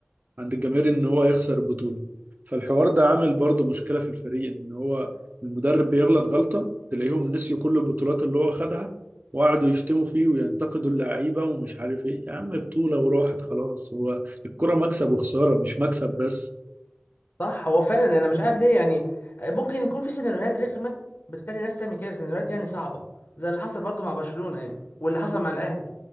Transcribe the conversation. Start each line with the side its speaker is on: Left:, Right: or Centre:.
Right: عند الجماهير ان هو يخسر البطوله فالحوار ده عامل برضه مشكله في الفريق ان هو المدرب بيغلط غلطه تلاقيهم نسيوا كل البطولات اللي هو خدها وقعدوا يشتموا فيه وينتقدوا اللعيبه ومش عارف ايه يا عم بطوله وراحت خلاص هو الكره مكسب وخساره مش مكسب بس
Left: صح هو فعلا انا مش عارف ليه يعني ممكن يكون في سيناريوهات رخمه بتخلي الناس تعمل كده سيناريوهات يعني صعبه زي اللي حصل برضه مع برشلونه يعني واللي حصل مع الاهلي